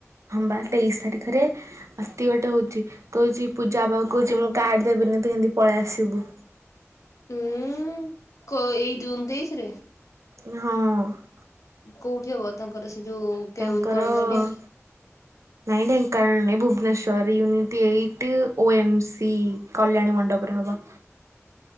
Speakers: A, on the right (about 70°); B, on the left (about 85°).
A: ହବା ତେଇଶି ତାରିଖରେ ଅତି ଗୋଟେ ହଉଛି, କହୁଛି ପୂଜାଅପା କୁ କହୁଛି ମୁଁ କାର୍ଡ ଦେବିନି, ତୁ ହେମିତି ପଳେଇ ଆସିବୁ!
B: ଉୁଁ, କୋ ଏଇ ଜୁନ ତେଇଶ ରେ
A: ହଁ!
B: କୋଉଠି ହବ? ତାଙ୍କର ସେ ଯୋଉ
A: ତାଙ୍କର
B: କେଉଁ କଣ ଦାଣ୍ଡି!
A: ନାଇଁ, ଢେଙ୍କାନାଳରେ ନାଇଁ ଭୁବନେଶ୍୍ୱର ୟୁନିଟ ଏଇଟ ଓ ଏମ୍ସି କଲ୍ୟାଣୀ ମଣ୍ଡପରେ ହବ।